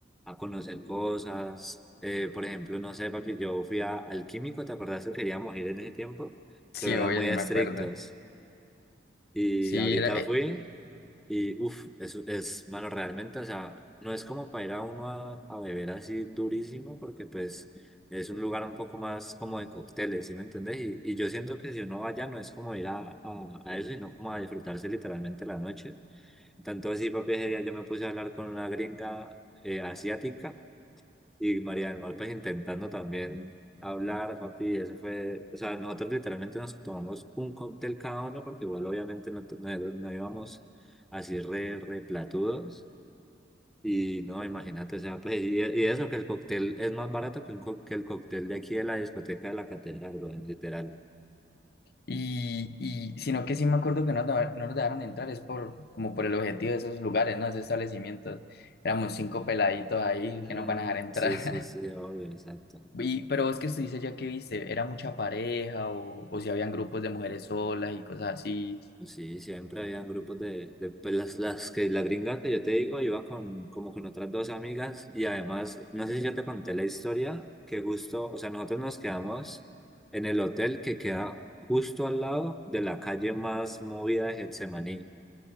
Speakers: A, in the centre; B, on the left.
A: a conocer cosas. Eh, por ejemplo, no sé, papi, yo fui a, al químico, ¿te acordás que queríamos ir en ese tiempo?
B: sí,
A: Pero eran
B: obvio,
A: muy
B: sí
A: estrictos.
B: me acuerdo.
A: Y
B: Sí,
A: ahorita
B: era, eh,
A: fui y uff, es, es malo realmente, o sea, no es como para ir a uno a, a beber así durísimo, porque pues es un lugar un poco más como de cócteles, ¿sí me entendés? Y, y yo siento que si uno va allá no es como ir a, a, a eso, sino como a disfrutarse literalmente la noche. Tanto así, papi, ese día yo me puse a hablar con una gringa eh, asiática y Marian López intentando también hablar, papi, ese fue, o sea, nosotros literalmente nos tomamos un cóctel cada uno, porque igual obviamente no, te- no, no íbamos así re, re platudos, y no, imagínate, o sea, pues, y, y eso que el cóctel es más barato que, un co- que el cóctel de aquí de la discoteca de la catedral, weón, literal.
B: y, y sino que sí me acuerdo que no, nos daba- no nos dejaron entrar, es por como por el objetivo de esos lugares, ¿no? Esos establecimientos. Éramos cinco peladitos ahí
A: Mm,
B: que nos van a dejar entrar.
A: sí, sí, sí,
B: <laughs>
A: obvio, exacto.
B: Y, pero vos que dices ya que viste, ¿era mucha pareja o, o si habían grupos de mujeres solas y cosas así?
A: Sí, siempre habían grupos de, de pues, las, las que la gringa que yo te digo, iba con como con otras dos amigas y además, no sé si yo te conté la historia, que justo, o sea, nosotros nos quedamos en el hotel que queda justo al lado de la calle más movida de Getsemaní,